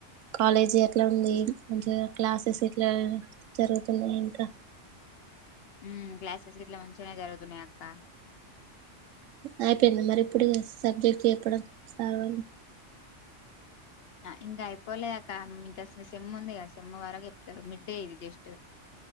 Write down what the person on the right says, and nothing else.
కాలేజీ ఎట్ల ఉంది. మంచిగ క్లాస్సేస్ ఎట్లా జరుగుతున్నాయి ఇంకా
అయిపోయిందా మరి ఇప్పుడు ఇగ సబ్జెక్ట్ చెప్పడం సార్ వాళ్లు